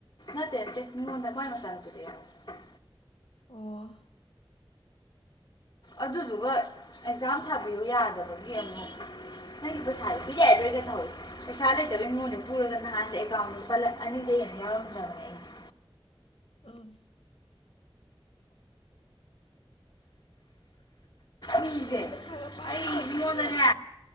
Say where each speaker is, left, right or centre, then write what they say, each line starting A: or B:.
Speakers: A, on the left; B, on the left.
A: ꯅꯇꯦ ꯅꯇꯦ ꯃꯤꯉꯣꯟꯗ ꯃꯥꯏ ꯃꯆꯥꯅꯨꯄꯤꯗꯣ ꯌꯥꯎꯏ
B: ꯑꯣ
A: ꯑꯗꯨꯗꯨꯒ ꯑꯦꯛꯖꯥꯝ ꯊꯥꯕꯤꯌꯨ ꯌꯥꯗꯕꯒꯤ ꯑꯃꯨꯛ ꯅꯪꯒꯤ ꯄꯩꯁꯥꯁꯦ ꯄꯤꯔꯛ ꯑꯔꯣꯏꯒ ꯇꯧꯏ ꯄꯩꯁꯥ ꯂꯩꯇꯕꯒꯤ ꯃꯉꯣꯟꯗꯩ ꯄꯨꯔꯒ ꯅꯍꯥꯟꯗ ꯑꯦꯀꯥꯎꯟꯗ ꯂꯨꯄ ꯑꯅꯤꯗꯒꯤ ꯍꯦꯟꯅ ꯌꯥꯎꯔꯝꯗ꯭ꯕꯅꯦ ꯑꯩꯁꯤ
B: ꯑꯣꯏ
A: ꯃꯤꯁꯦ
B: ꯑꯩꯈꯣꯏꯒꯤ ꯄꯩꯁꯥꯒ ꯄꯥꯏꯒꯤꯗ
A: ꯑꯩ ꯃꯤꯉꯣꯟꯗꯅꯦ
B: ꯀꯨꯏꯔꯦꯗ